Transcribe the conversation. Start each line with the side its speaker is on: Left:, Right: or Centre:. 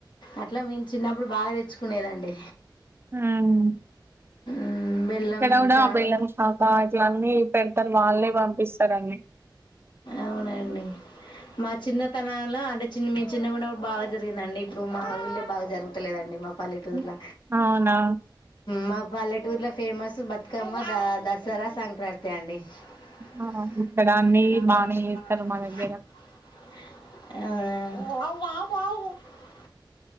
Left: అట్లా మేము చిన్నప్ ప్పుడు బాగా తెచ్చుకునేదండి
Right: హ్మ్మ్
Left: ఉమ్, బెల్లం
Right: ఇక్కడ కూడా
Left: చా
Right: ఆ బెల్లం షకా ఇట్ల అన్నీ పెడతారు వాళ్ళే పంపిస్తారు అన్ని
Left: అవునండి మా చిన్నతనంలో అంటే చిన్న మీ చిన్నగా ఉన్నప్పుడు బాగా జరిగింది అండి ఇప్పుడు మాఊళ్ళే బాగా జరుగు లేదండి మాక్ పల్లెటూర్ల
Right: అవునా
Left: మా పల్లెటూర్లో ఫేమస్ బతుకమ్మ ద దసరా సంక్రాంతి అండి <unintelligible>
Right: ఆ ఇక్కడ అన్ని బానే
Left: <inaudible>
Right: చేస్తారు మా దగ్గర
Left: అవునా